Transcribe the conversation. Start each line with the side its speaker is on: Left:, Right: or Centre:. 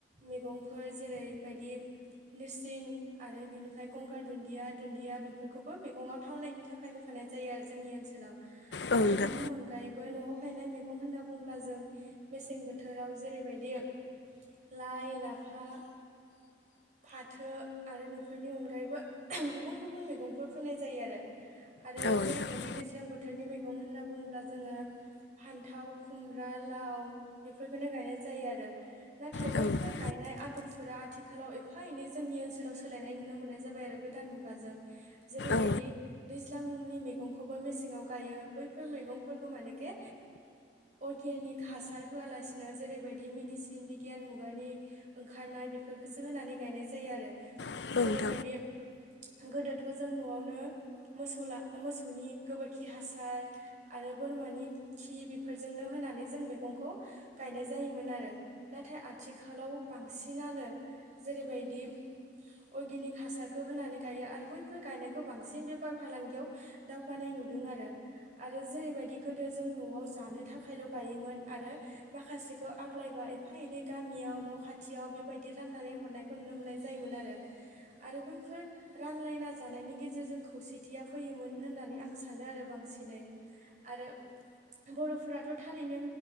Right: मैगंफोर जे रैबायदि नेरसिं आरो बिनिफ्राय गंगार दुन्दिया दुन्दिया बेफोरखौबो मैगङाव थावनायनि था खाय होफानाय जायो आरो जोंनि ओनसोलाव
Left: औ नोंथां औ
Right: आरो
Left: नोंथां
Right: बेनि अनगायैबो न'आव गायनाय मैगं होनना बुंङोब्ला जों मेसें बोथोराव जेरैबायदि लाइ, लाफा, फाथो आरो बेफोरनि अनगायैबो गुबुन गुबुन मैगंफोर फोनाय जायो आरो। आरो
Left: औ
Right: जेरैबायदि
Left: नोंथां
Right: दैज्लां बोथोरनि मैगं होनना बुङोब्ला जोङो फान्थाव, खुमब्रा, लाव बेफोरखोनो गायनाय जायो आरो नाथाय
Left: औ
Right: बैफोर
Left: नोंथां
Right: गायनाय आदबफोरा आथिखालाव एफा एनै जोंनि ओनसोलाव सोलायनाय नुनो मोननाय जाबाय आरो गोदान मुगाजों। जेरैबायदि
Left: औ
Right: दैज्ला ज्लांनि मैगंखौबो मेसेङाव गायो। बैफोर मैगंफोरखौ मानेखे अर्गेयानिक हासार होआलासिनो जेरैबायदि मेडिसिन बिगियान मुगानि ओंखारनाय बे फोरखोसो होनानै गायनाय जायो आरो।
Left: औ
Right: जेरैबायदि गोदोथ' जों न'आवनो मोसौ ला मोसौनि गोबोरखि हासार आरो बोरमानि खि बेफोरजोंनो होना नानै जों मैगंखौ गायनाय जायोमोन आरो नाथाय आथिखालाव बांसिनानो जेरैबायदि अर्गेनिक हासारखो होनानै गायो आरो बैफोर गायनायखो बांसिन बे बेफार फालांगियाव दावगानाय नुदों आरो आरो जेरैबायदि गोदो जों न'आव जानो थाखायल' गायोमोन आरो माखासेखौ आग्लायबा एफा एनै गामियाव न' खाथियाव बेबायदि राननानै हरनायखौ नुनो मोननाय जायोमोन आरो। आरो बैफोर रानलायना जानायनि गेजेरजों खौसेथिया फैयोमोन होननानै आं सानो आरो बांसिनै आरो बर'फोराथ' थारैनो